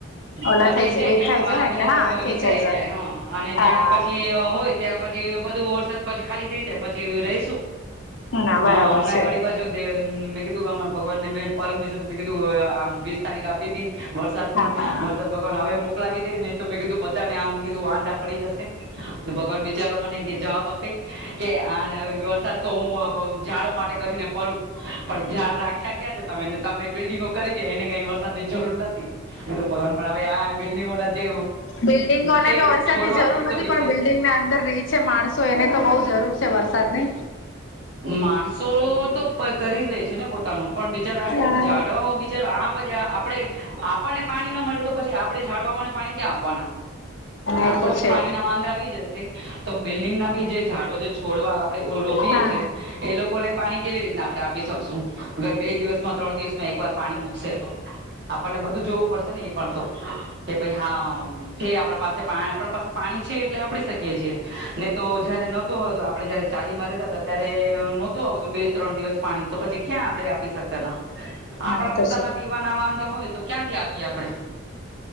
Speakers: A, on the left; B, on the right.
A: ઓલા
B: અ
A: થઈ
B: ખેંચાઈ
A: જાય એ થાઈ
B: વાળ
A: જાય ને
B: બધા
A: એટલે હા ખેંચાઈ
B: વિખરાઈ
A: જાય
B: હા અને
A: હા.
B: જ્યાં પછી હોય ત્યાં પછી બધું વરસાદ પછી ખાલી થઈ જાય પછી રહીશું.
A: ના બરાબર
B: હા હમણાં
A: છે
B: એ વાળડી <unintelligible> <unintelligible> મે પરમ દિવસે મેં કીધું આમ વીસ તારીખ આપી હતી. વરસાદ
A: હા
B: ની વરસાદ <unintelligible> હવે મોકલાવી દે ને. મે કીધુંધાનેમ કીધું વાંધા. પડી જશે ભગવાન બિચારો મને કે જવાબ આપે કે આ વરસાદ <unintelligible> તો હું ઝાડો માટે કરીને પડું. પણ જ્યાાર રાખ્યા ક્યાં છે, તમેને તમે બિલ્ડિંગો કરી જાય એને કઈ વરસાદ ની જરૂર નથી. એ તો ભગવાન પણ હવે આ બિલ્ડિંગોના જે
A: બિલ્ડિંગોને
B: છે
A: તો વરસાદની
B: છોડવા
A: જરૂર
B: એ
A: નથી
B: તો બિચ
A: પણ બિલ્ડિંગને અંદર રહી છે, માણસો એને તો બઉ જરૂર છે વરસાદ ની.
B: માણસો તો કરી જ લે છે, ને પોતાનું પણ બિચારા આ
A: હા
B: કેમ જાડવાઓ બિચારો આ બધી આપણે આપણને પાણી. મળે તો પછી આપણે ઝાડવાને પાણી ક્યાં આપવાના
A: એ
B: આપણને
A: તો છે
B: પાણી ના વાંધા આવી જશે તો બિલ્ડિંગ ના બી જે ઝાડો છોડવા <unintelligible> <unintelligible>
A: હા
B: એ લોકોને પાણી કેવી રીતના આપણે આપી શકશું અગર બે દિવસમાં ત્રણ દિવસમાં એક વાર પાણી મૂકશે તો આપણને બધું જોવું પડશે. ને એ પણ તો કે ભાઈ હા છે, આપડા પાસે પા <unintelligible> પાસે પાણી છે, એટલે આપ શકીએ છીએ નહી તો જયારે નહોતો હોય તો આપણે જયારે ચાલીમાં ર ત્યારે નહોતું આવુંતું બે ત્રણ દિવસ પાણી તો પછી ક્યાં આપડણે આપી શકએ. આપડા
A: એ
B: પોતાના
A: તો છે
B: પીવાના વાંધા હોય. તો ક્યાંથી આપીએ આપણે.